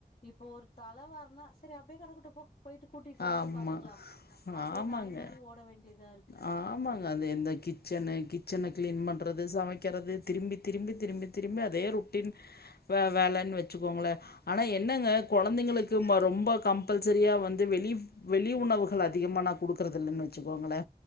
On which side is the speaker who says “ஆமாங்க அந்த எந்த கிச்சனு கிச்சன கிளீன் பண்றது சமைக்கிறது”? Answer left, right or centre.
Left